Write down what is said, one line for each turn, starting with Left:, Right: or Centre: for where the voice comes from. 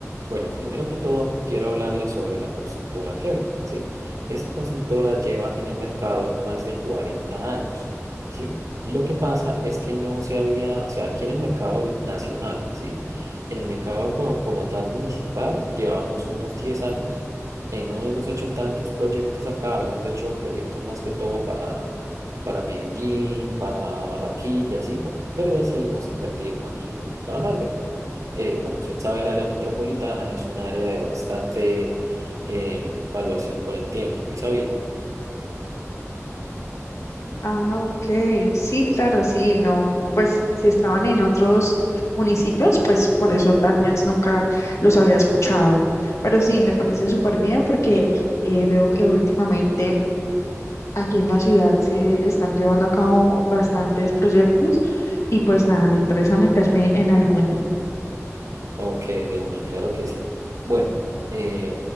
Right: Bueno, primero que todo, quiero hablarles sobre la constructora Kevin, ¿sí? Esta constructora lleva en el mercado más de 40 años, ¿sí? Lo que pasa es que no se había, o sea, aquí en el mercado nacional, ¿sí? En el mercado como, como tal municipal llevamos unos 10 años. eh, no hemos hecho tantos proyectos acá, hemos hecho proyectos más que todo para para Medellín, para Barranquilla, sí, pero decidimos invertir aquí en Bucaramanga. Eh, como usted sabe, el área metropolitana es un área de bastante eh, evaluación con el tiempo, ¿sí sabía?
Left: Ah, ok, sí, claro, sí, no, pues si estaban en otros municipios, pues por eso tal vez nunca los había escuchado. Pero sí, me parece súper bien porque eh, veo que últimamente Aquí en la ciudad se están llevando a cabo bastantes proyectos y pues nada, me interesa meterme en alguno.
Right: Ok, de una, claro que sí. Bueno, eh,